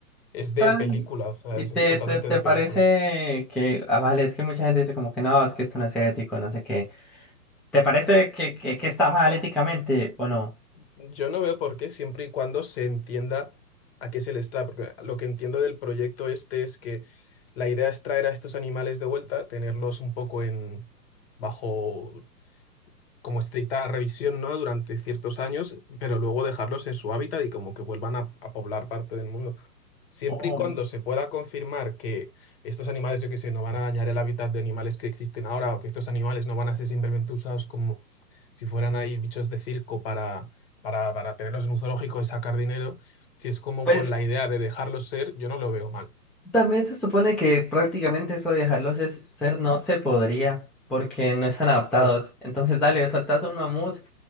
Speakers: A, on the left (about 40°); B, in the centre.
A: es de
B: Ay,
A: película, o sea,
B: ¿Y
A: es,
B: te,
A: es totalmente
B: te, te
A: de película.
B: parece que, ah, vale, es que mucha gente dice como que no, es que esto no es ético, no sé qué. ¿Te parece que, que, que está mal éticamente o no?
A: Yo no veo por qué, siempre y cuando se entienda a qué se les trae, porque lo que entiendo del proyecto este es que la idea es traer a estos animales de vuelta, tenerlos un poco en bajo como estricta revisión, ¿no? Durante ciertos años, pero luego dejarlos en su hábitat y como que vuelvan a, a poblar parte del mundo. Siempre
B: Oh,
A: y cuando se pueda confirmar que estos animales, yo qué sé, no van a dañar el hábitat de animales que existen ahora o que estos animales no van a ser simplemente usados como si fueran ahí bichos de circo para, para, para tenerlos en un zoológico y sacar dinero, si es como
B: Pues
A: con la idea de dejarlos ser, yo no lo veo mal.
B: también se supone que prácticamente eso de dejarlos es- ser no se podría porque no están adaptados.
A: Claro,
B: Entonces, dale, soltás un mamut.